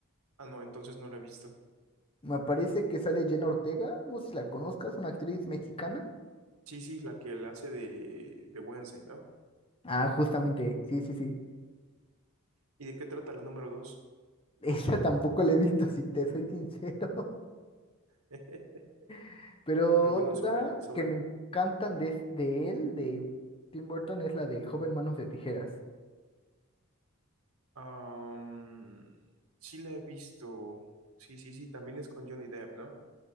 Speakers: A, on the right; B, on the left.
A: Ah, no, entonces no la he visto.
B: Me parece que sale Jenna Ortega, no sé si la conozcas, una actriz mexicana.
A: Sí, sí, la que él hace de, de Wednesday, ¿no?
B: Ah, justamente, sí, sí, sí.
A: ¿Y de qué trata la número dos?
B: <laughs> Esa tampoco la he visto, si te soy sincero.
A: <laughs>
B: <laughs> Pero
A: Pero bueno,
B: otra
A: sobre, sobre,
B: que me encantan de, de él, de Tim Burton, es la del joven Manos de Tijeras.
A: am, sí la he visto. Sí, sí, sí, también es con Johnny Depp, ¿no?